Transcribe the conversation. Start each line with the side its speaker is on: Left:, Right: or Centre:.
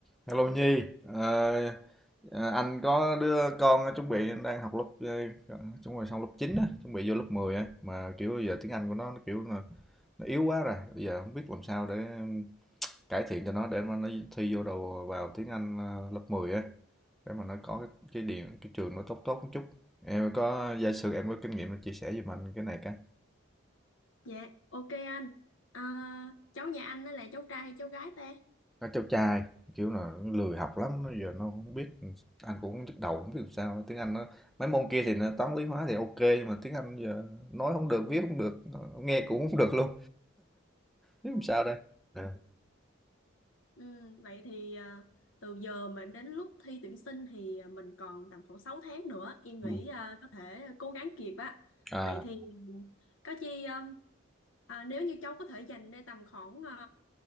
Centre: Hello Nhi, Ờ, ờ, anh có đứa con chuẩn bị đang học lớp ờ, chuẩn bị xong lớp 9 á, chuẩn bị vô lớp 10, á mà kiểu giờ tiếng Anh của nó, nó kiểu là nó yếu quá rồi, bây giờ không biết làm sao để cải thiện cho nó để mà nó thi vô đầu vào tiếng Anh ờ, lớp 10 á để mà nó có cái, cái điểm cái trường nó tốt tốt một chút. Em có giả sử em có kinh nghiệm chia sẻ giùm anh cái này cái.
Left: Dạ, ok anh. À, cháu nhà anh đó là cháu trai hay cháu gái ta?
Centre: Nó cháu trai, kiểu là, nó lười học lắm, nó giờ nó không biết, Anh cũng hông nhức đầu, không biết làm sao. Tiếng Anh nó mấy môn kia thì nó Toán, Lý, Hóa thì ok nhưng mà tiếng Anh giờ nói không được, viết không được, ờ, nghe cũng không được luôn, biết
Left: Ừ.
Centre: làm sao đây. Ờ,
Left: Ừ, vậy thì à, từ giờ mà đến lúc thi tuyển sinh thì à, mình còn tầm khoảng 6 tháng nữa. Em nghĩ
Centre: ừm,
Left: à, có thể cố gắng kịp á.
Centre: à,
Left: Vậy thì có chi um, à, nếu như cháu có thể dành ra tầm khoảng à,